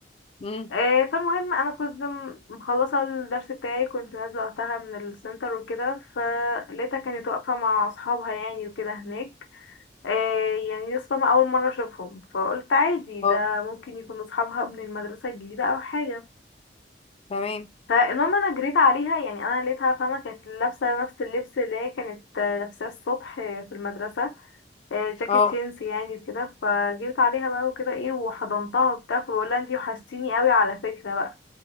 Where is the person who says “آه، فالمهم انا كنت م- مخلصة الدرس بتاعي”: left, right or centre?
Left